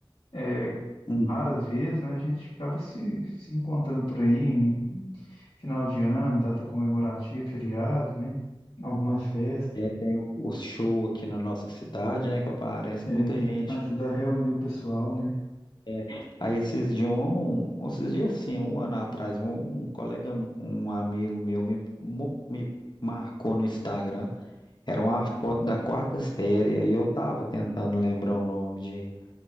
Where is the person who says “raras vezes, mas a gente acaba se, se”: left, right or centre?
Left